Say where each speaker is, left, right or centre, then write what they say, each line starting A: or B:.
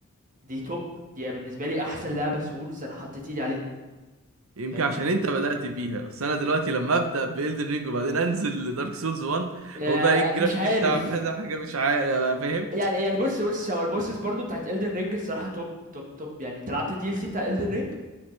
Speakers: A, on the right; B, on the right.
A: دي توب دي بالنسبة لي أحسن لعبة سولز أنا حطيت إيدي عليها
B: يمكن
A: من
B: عشان
A: من
B: انت بدأت بيها بس انا دلوقتي لما ابدأ ب Elden Ring وبعدين انزل لدارك سولز 1
A: آه،
B: هقول بقى ايه الجرافيك
A: مش عارف
B: التعبان <laughs> ده حاجة مش عارف بقى فاهم
A: يعني يعني بص بص هو البوسس برضو بتاعت Elden Ring الصراحة توب توب توب يعني أنت لعبت الدي ال سي بتاع Elden Ring